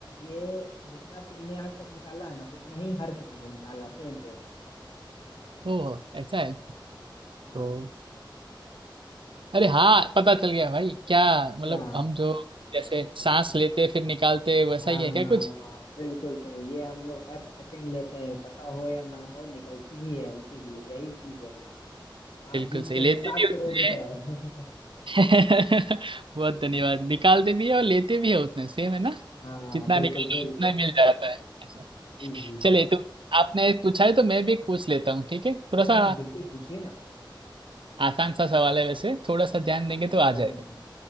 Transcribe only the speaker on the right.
ओ ऐसा है
तो अरे हाँ पता चल गया भाई क्या मतलब
हम जो जैसे सांस लेते फिर निकालते वैसा
ही है क्या कुछ
बिल्कुल
सही लेते
भी
उतने
हैं।
<laughs> बहुत धन्यवाद निकालते भी है और लेते भी है उतने सेम है ना
जितना
निकालो
उतना ही मिल जाता है ऐसा
चलिए
तो आपने एक पूछा है तो मैं भी एक पूछ लेता हूँ ठीक है थोड़ा
सा
आसान सा सवाल है वैसे थोड़ा सा ध्यान
देंगे
तो आ जाएगा